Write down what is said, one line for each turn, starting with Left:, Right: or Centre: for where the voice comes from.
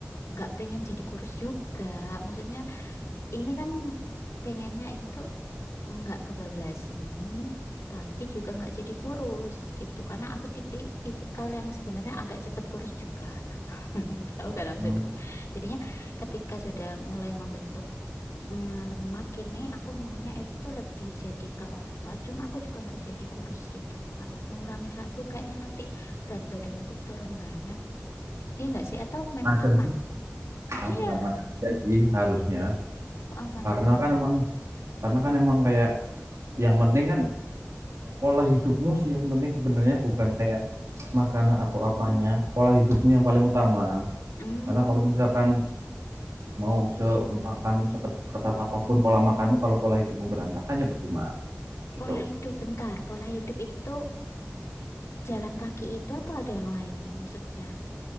Left: nggak pengen jadi kurus juga. Maksudnya ini kan pengennya itu nggak kebablasan, tapi juga nggak jadi kurus gitu. Karena aku tipi tipikal yang sebenarnya agak cepet kurus juga. <laughs> Tahu
Right: Hmm.
Left: kan maksudku. Jadinya ketika sudah mulai membentuk hmm, lemak ini, aku maunya itu lebih jadi ke otot. Cuma aku juga nggak jadi kurus gitu. Kalau ngurangi karbo kayaknya nanti berat badanku turun banyak. Iya nggak sih? Atau
Right: <clears throat>
Left: memang
Right: Masa
Left: aman?
Right: sih aman-aman
Left: Iya,
Right: aja sih harusnya.
Left: aman
Right: Karena
Left: aja.
Right: kan emang karena kan emang kayak yang penting kan pola hidupmu sih yang penting sebenarnya bukan kayak makanan atau apanya, pola hidupmu yang paling utama.
Left: Hmm,
Right: Karena kalau misalkan mau semakan seket- seketat apapun pola makanmu kalau pola hidupmu berantakan ya percuma gitu
Left: pola hidup bentar. Pola hidup itu jalan kaki itu atau ada yang lain maksudnya?